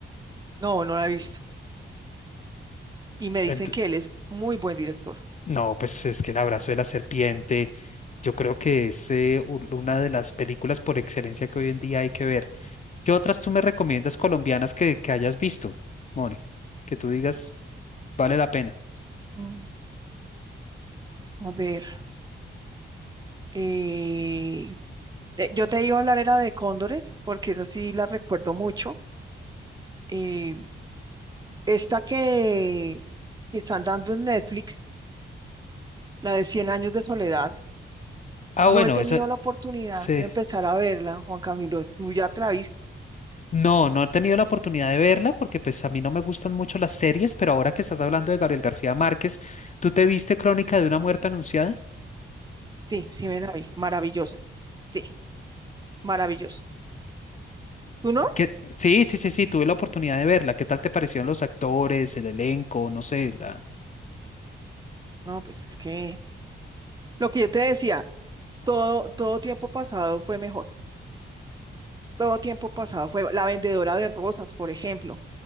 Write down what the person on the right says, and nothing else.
no, no la he visto. Y me dicen
que él es muy buen director.
Mm, A ver, eh, Eh, Yo te iba a hablar era de cóndores, porque esa sí la recuerdo mucho. Eh, esta que, que están dando en Netflix, la de cien años de soledad,
no
he tenido
la oportunidad
de empezar a verla, Juan Camilo. ¿Tú ya te la viste?
Sí, sí me la vi. Maravillosa. Sí, maravillosa. ¿Tú no?
No, pues es que lo que yo te decía, todo, todo tiempo pasado fue mejor. Todo tiempo pasado fue la vendedora de rosas, por ejemplo,